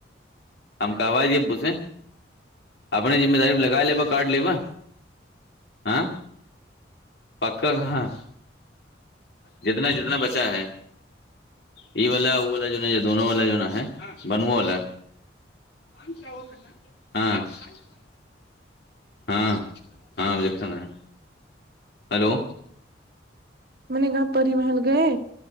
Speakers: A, on the left (about 60°); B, on the right (about 50°).
A: ہم کہو دیے ابھے اپنے جذمہ داری لگا لیبا کارڈ لیبا ہ پککا کہاں جتنا جتنا بچا ہے ای والا وہ والا جو ہے نا یہ دونوں والا جو ہے نا ہے بنو والا من سےا ہوین <unintelligible> ہاں ہاں ابجیکشن ہے ہلو
B: م نے گاؤں پی محل گئے